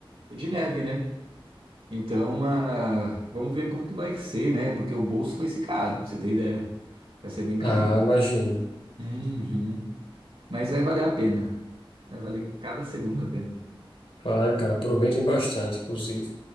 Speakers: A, on the right; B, on the left.
A: de neve, né? Então, ah, vamos ver como que vai ser, né? Porque o bolso vai ser caro, pra você ter ideia. Vai ser bem carinho.
B: Ah, imagina.
A: Uhum. Mas vai valer a pena. Vai valer cada segundo a pena.
B: Vai, cara, aproveitem bastante, inclusive.